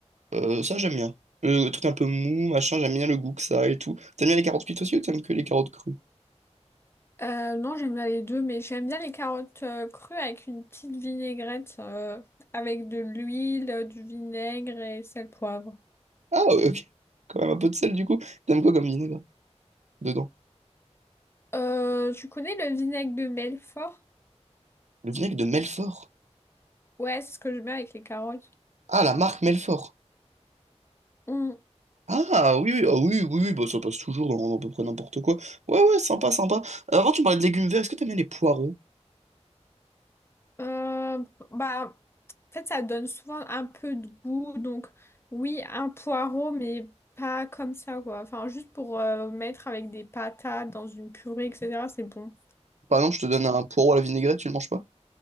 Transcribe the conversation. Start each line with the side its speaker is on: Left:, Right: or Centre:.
Right: euh, ça, j'aime bien. Le, truc un peu mou, machin, j'aime bien le goût que ça a et tout. T'aimes bien les carottes cuites aussi ou t'aimes que les carottes crues?
Left: Euh, non, j'aime bien les deux, mais j'aime bien les carottes euh, crues avec une petite vinaigrette, euh, avec de l'huile, du vinaigre et sel poivre.
Right: Ah, ouais, ok. Quand même un peu de sel, du coup. T'aimes quoi comme vinaigre dedans?
Left: Euh, tu connais le vinaigre de melfort
Right: Le vinaigre de Melfort.
Left: Ouais, c'est ce que je mets avec les carottes.
Right: Ah, la marque Melfort.
Left: Mm.
Right: Ah oui, oui, ah oui, oui, oui, bah, ça passe toujours dans, dans à peu près n'importe quoi. Ouais, ouais, sympa, sympa. Euh, Avant, tu me parlais de légumes verts, est-ce que t'aimes bien les poireaux?
Left: Euh, bah, en fait, ça donne souvent un peu de goût. Donc, oui, un poireau, mais pas comme ça, quoi. Enfin, juste pour euh, mettre avec des patates dans une purée, etc. C'est bon.
Right: Par exemple, je te donne un poireau à la vinaigrette, tu le manges pas?